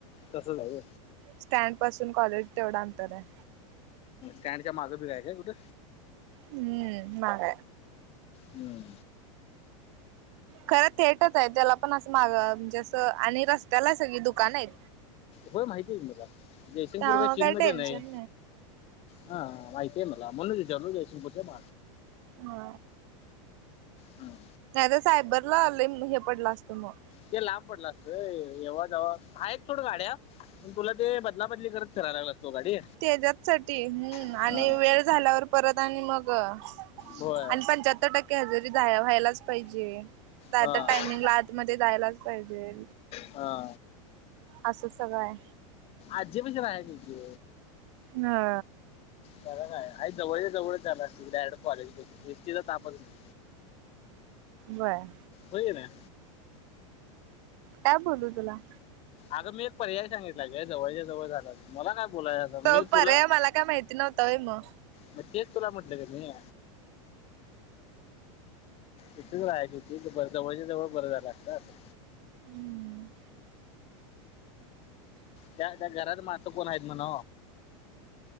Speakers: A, on the left; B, on the right.
A: तसंच आहे
B: स्टँड पासून कॉलेज तेवढं अंतर आहे
A: त्यांॅनच्या मागं बिघाय काय कुठे
B: हम्म माग
A: हम्म
B: खरं थेटच आहे त्याला पण असं माग म्हणजे असं आणि रस्त्याला सगळी दुकानं आहेत
A: होय माहितीय आहे त् का जयसिंगपूर
B: त्यामुळे
A: का चीन
B: काही
A: मध्ये
B: टेन्शन
A: नाही हा माय्यन म म्हण जर जशन पजत
B: हा
A: हम
B: नाही सायबरला ल हे पडला असतं मग
A: ते लांब पडलं असत येव्हा जव आहेय थोडं गाड्या पण तुला ते बदलाबदली करत कराय लागतो गाडी
B: त्याच्यात साठी हम्म
A: हां
B: आणि वेळ झाल्यावर परत आणि मग आणि
A: होय
B: पंच्याहत्तर टक्के हजेरी व्हायलाच पाहिजे तर आता
A: हां
B: टाइमिंग ला मध्ये जायलाच पाहिजे
A: हा
B: असं सगळं आहे
A: आज प च राय तती
B: हा
A: चरा नाही आ जवळ जवळच जाणार अस तड कॉलेज एसटीचा तापत नाही
B: बरं
A: हो जा ना
B: का बोलू तोला
A: अगं मी एक पर्याय सांगित जवळच्या जवळ झाला त मला काय बोलाय मी
B: तो पर्याय
A: तुला
B: मला काय माहिती नव्हता व्हय मग.
A: मग ते तुला म्हटलं का नाही इथेच राहायची होती जवळच्या जवळ बरं झालं असत असं
B: हम्म
A: त्या त्या घरात मातं कोण आहेत म्हणा